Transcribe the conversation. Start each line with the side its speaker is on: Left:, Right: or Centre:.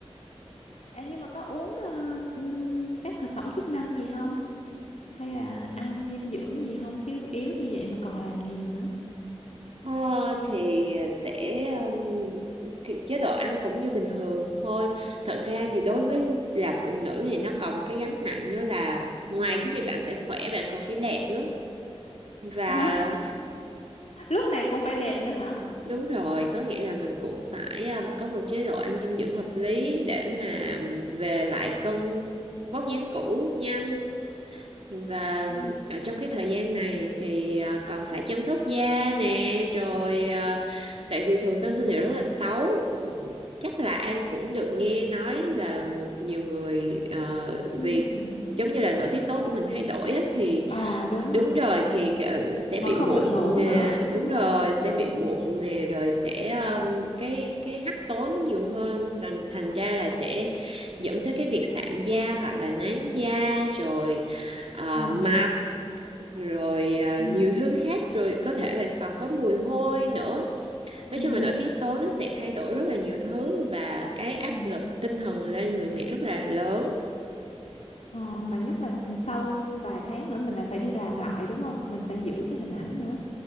Left: Ê, nhưng mà có uống ờ, ừm, các thực phẩm chức năng gì không? Hay là ăn dinh dưỡng gì không? Chứ yếu như vậy mà còn làm nhiều nữa.
Right: Ờ, thì sẽ um, thì chế độ ăn cũng như bình thường thôi. Thật ra thì đối với là phụ nữ thì nó còn một cái gánh nặng nữa là ngoài cái việc bạn phải khỏe, bạn còn phải đẹp nữa. Và
Left: Hả? <laughs> Lúc này cũng phải đẹp nữa hả?
Right: Đúng rồi, có nghĩa là mình cũng phải à, một- có một chế độ ăn dinh dưỡng hợp lý để mà về lại cân vóc dáng cũ nhanh. Và
Left: Ừ.
Right: ở trong cái thời gian này thì à, còn phải chăm sóc da nè rồi à, tại vì thường sau sinh thì rất là xấu chắc là An cũng được nghe nói là nhiều người ờ,
Left: Ừ.
Right: vì giống như là nội tiết tố của mình thay đổi á, thì
Left: Ờ đúng
Right: ờ, đúng
Left: rồi.
Right: rồi thì ờ, sẽ bị
Left: Còn không
Right: mụn
Left: được ngủ
Right: nè
Left: nữa, đúng
Right: đúng rồi
Left: không?
Right: sẽ bị
Left: Ừ.
Right: mụn nè rồi sẽ ờm, cái cái hắc tố nó nhiều hơn thành thành ra là sẽ dẫn tới cái việc sạm da hoặc là nám da rồi à,
Left: Ờ.
Right: mập rồi à,
Left: Ừ.
Right: nhiều thứ khác rồi có thể là còn có mùi hôi nữa
Left: Ừ.
Right: nói chung là nội tiết tố nó sẽ thay đổi rất là nhiều thứ và cái áp
Left: Ừ.
Right: lực tinh thần lên người mẹ rất là lớn
Left: Ờ, mà nhất là sau vài tháng nữa mình lại phải đi làm lại đúng không? Mình phải giữ cái hình ảnh nữa.